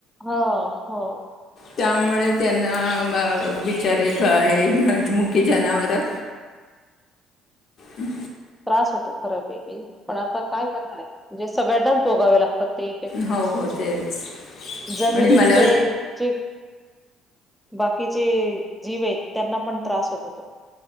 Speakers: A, in the centre; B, on the left.
A: हो हो.
B: त्यामुळे त्यांना बिचारे हे मुखी जनावरं. हम्.
A: त्रास होतो. फरक आहे पण आता काय करणार आहे म्हणजे सगळ्यांनाच भोगावे लागतात ते इफेक्ट.
B: हो हो तेच
A: जमिनीतलेची
B: आणि मला
A: जे. बाकीचे जीव आहेत त्यांना पण त्रास होत हो तो.